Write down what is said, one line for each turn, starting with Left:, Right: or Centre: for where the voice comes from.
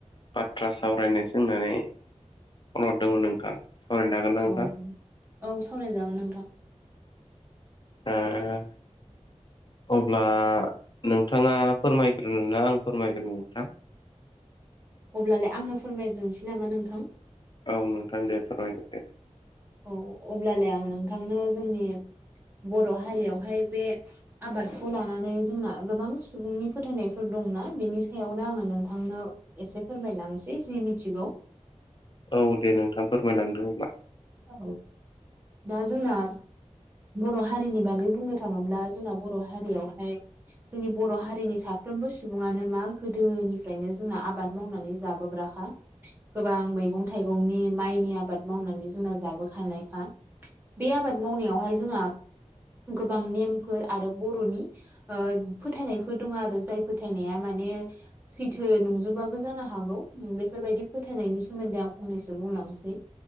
Left: बाथ्रा सावरायनोसो होननानै फन हरदोंमोन नोंथां सावरायनो हागोन ना नोंथां
Right: औ औ सावरायजागोन नोंथां
Left: आ अब्ला नोंथाङा फोरमायग्रोना आं फोरमायग्रोनो नोंथां
Right: अब्लालाय आंनो फोरमायग्रोनोसै नामा नोंथां
Left: औ नोंथां दे फोरमायगोरदे
Right: औ अब्लालाय आं नोंथांनो जोंनि बर' हारियावहाय बे आबादखौ लानानै जोंना गोबां सुबुंनि फोथायनायफोर दंना बेनि सायावनो आङो नोंथांनो एसे फोरमायलांनोसै जि मिथिगौ
Left: औ दे नोंथां फोरमायलांदो अब्ला
Right: औ दा जोंना बर' हारिनि बागै बुंनो थाङोब्ला जोंना बर' हारियावहाय जोंनि बर' हारिनि साफ्रोमबो सुबुङानो मा गोदोनिफ्रायनो जोंना आबाद मावनानै जाबोग्रा खा गोबां मैगं थाइगंनि माइनि आबाद मावनानै जोंना जाबोखानायखा बे आबाद मावनायावहाय जोंहा गोबां नेमफोर आरो बर'नि ओ फोथायनायफोर दङ आरो जाय फोथायनाया माने सैथो नंजोबाबो जानो हागौ बेफोरबायदि फोथायनायनि सोमोन्दै आं फंनैसो बुंलांसै